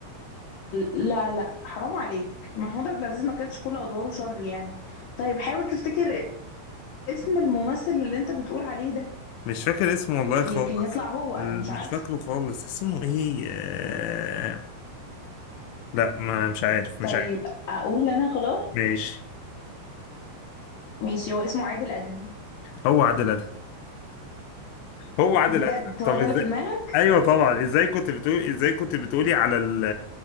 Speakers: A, on the left; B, on the left.
A: لا لا حرام عليك محمود عبد العزيز ما كانتش كل ادواره شر يعني طيب حاول تفتكر اسم الممثل اللي انت بتقول عليه ده
B: مش فاكر اسمه والله خالص
A: يمكن يطلع هو
B: ال-
A: انا مش عارفة
B: مش فاكره خالص اسمه ايه آه... لا ما مش عارف
A: طيب
B: مش عارف
A: اقول انا خلاص
B: ماشي
A: ماشي هو اسمه عادل ادهم
B: هو عادل ادهم هو عادل
A: بجد
B: ادهم طب
A: هو ده
B: ازاي
A: اللي في دماغك
B: ايوه طبعا ازاي كنت بتقولي ازاي كنت بتقولي على ال...